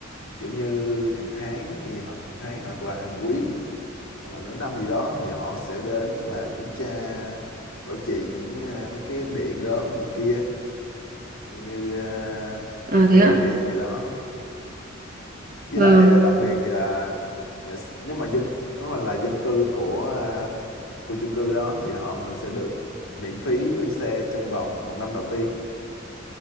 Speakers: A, on the left; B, on the right.
A: kiểu như hàng tháng thì hoặc hàng tháng hoặc là hàng quý hoặc là nửa năm gì đó thì họ sẽ đến và kiểm tra bảo trì những à, mấy cái điện đóm gì kia kiểu như à,
B: à
A: đèn
B: thế ạ
A: điện này đó với
B: vâng
A: lại à, đặc biệt thì là, là s- nếu mà dân nếu mà là dân cư của à, khu chung cư đó thì họ mình sẽ được miễn phí gửi xe trong vòng một năm đầu tiên